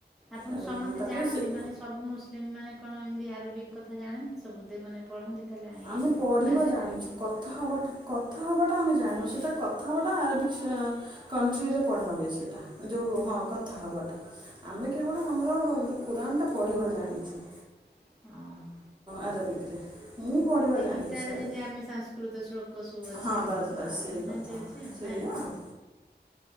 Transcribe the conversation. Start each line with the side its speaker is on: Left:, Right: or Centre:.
Centre: ଆପଣ
Right: ଆରବିକରେ
Centre: ସମସ୍ତେ
Right: ତାପରେ
Centre: ଜାଣନ୍ତି
Right: ସେ
Centre: ମାନେ ସବୁ ମୁସଲିମ ମାନେ କଣ ଏମିତି ଆରବିକ୍ କଥା ଜାଣନ୍ତି ସବୁ? ଦେ-ମାନେ ପଢ଼ନ୍ତି ତାହେଲା ଇଏଟା
Right: ଆମେ ପଢ଼ିବା
Centre: ଭାଷାଟା?
Right: ଜାଣିଛୁ କଥା ହବାଟ କଥା ହବାଟା ଆମେ ଜାଣିନୁ, ସେଟା କଥା ହବାଟା ଆରବିକ୍ ସେ ଅଁ, କଣ୍ଟ୍ରିରେ ପଢା ହୁଏ ସେଇଟା ଯୋଉ ହଁ କଥା ହବାଟା, ଆମେ କେବଳ ଆମର ଯୋଉ କୁରାନ୍ ଟା ପଢ଼ିବା ଜାଣିଛି।
Centre: ହଁ।
Right: ଆରଭିକ୍ ରେ। ମୁଁ ପଢ଼ିବା ଜାଣିଛି
Centre: ଗୀତାରେ
Right: ଆରେ
Centre: ଯେମିତି ଆମେ ସାଂସ୍କୃତ ଶ୍ଳୋକ ସବୁ ଅଛି
Right: ହଁ
Centre: ଆମର
Right: ବାସ୍
Centre: ତ
Right: ବାସ୍
Centre: ଆମ
Right: ସେଇ କଥା
Centre: ସେମିତି ଅଛି ଆଉ
Right: ସେଇଆ
Centre: ନା
Right: ହଁ।